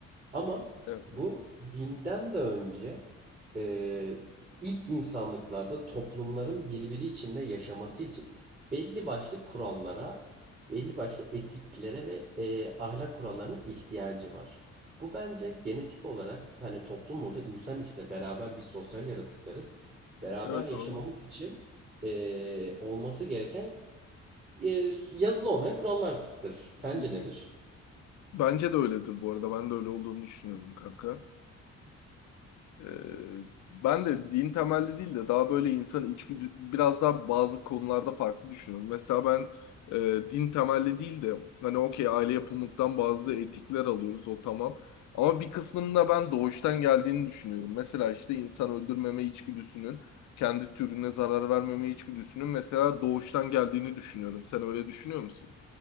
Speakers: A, on the right; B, on the left.
A: Ama
B: evet.
A: bu dinden de önce e, ilk insanlıklarda toplumların birbiri içinde yaşaması için belli başlı kurallara belli başlı etiklere ve e, ahlak kurallarına ihtiyacı var. Bu bence genetik olarak hani toplumda insan içinde beraber biz sosyal yaratıklarız. Beraber
B: Evet
A: yaşamamız
B: abi.
A: için e, olması gereken e, yazılı olmayan kurallardır. Sence
B: Hı hı.
A: nedir?
B: Bence de öyledir bu arada. Ben de öyle olduğunu düşünüyorum kanka. Ee, ben de din temelli değil de daha böyle insan içgüdü biraz daha bazı konularda farklı düşünüyorum. Mesela ben e, din temelli değil de hani okey aile yapımızdan bazı etikler alıyoruz o tamam. Ama bir kısmının da ben doğuştan geldiğini düşünüyorum. Mesela işte insan öldürmeme içgüdüsünün, kendi türüne zarar vermeme içgüdüsünün mesela doğuştan geldiğini düşünüyorum. Sen öyle düşünüyor musun?